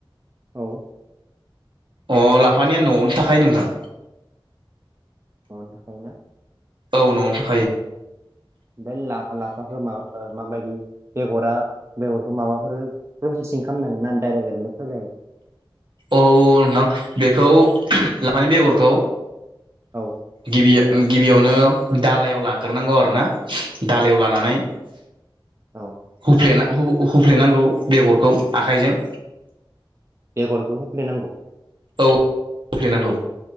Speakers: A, on the right; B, on the right.
A: औ
B: अ लाफानिया नआवनो थाखायो नोंथां
A: नआवनो थाखायोना
B: औ नआवनो था
A: बे ला लाफाखो मा ओ माबायदि बेगरा बेगरखौ माबाफोर प्रसेसिं खालामनांगोन ना डाइरेक्ट ओरैनो फोजायो
B: औ नोंथां बेखौ लाफानि बेगरखौ
A: औ
B: गिबिया गिबियावनो दालायाव लाग्रोनांगौ आरोना दालायाव लानानै
A: औ
B: हुफ्ले हुफ्लेनांगौ बेगरखौ आखाइजों
A: बेगरखौ हुफ्लेनांगौ
B: औ हुफ्लेनांगौ‌